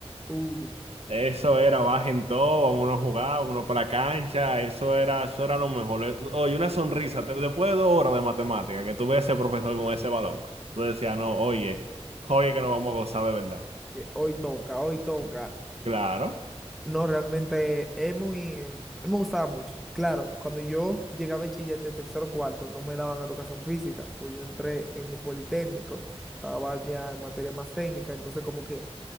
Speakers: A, in the centre; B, on the right.
A: Uh,
B: Eso era, bajen todo, vámonos a jugar, vámonos para la cancha, eso era, eso era lo mejor. Eh, Oye, una sonrisa, te- después de dos horas de matemática, que tú ves a ese profesor con ese balón, tú decías, no, oye, oye que nos vamos a gozar de verdad.
A: que hoy toca, hoy toca.
B: Claro,
A: No, realmente es muy, a mí me gustaba mucho. Claro, cuando yo llegué a bachiller de tercero o cuarto, no me daban educación física, pues yo entré en un politécnico, estaba ya en materia más técnica, entonces como que